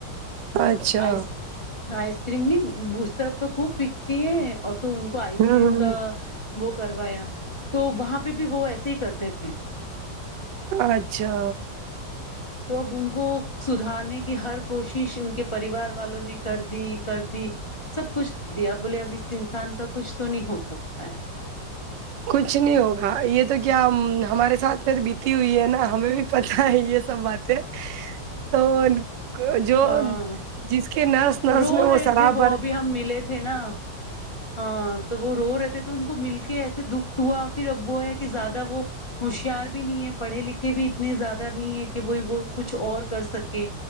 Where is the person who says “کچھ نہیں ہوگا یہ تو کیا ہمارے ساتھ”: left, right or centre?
Right